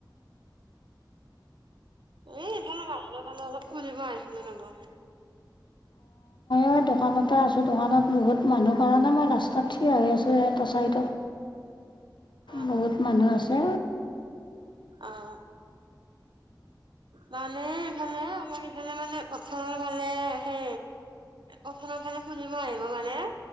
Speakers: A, on the right (about 85°); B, on the left (about 75°).
A: এই এইফালে ভাল খালে অলপ খুলিব আহিছিলে নাব
B: মই দোকানতে আছো দোকানত বহুত মানুহ কাৰণে মই ৰাস্তাত থিয় হৈ আছোঁ ই টচাৰীডত
A: অ',
B: বহুত মানুহ আছে
A: আহ মানে ইফালে আমাৰ ইফালে মানে প্ৰথমফালে হে কথা ন খালে শুনিব আহিব মানে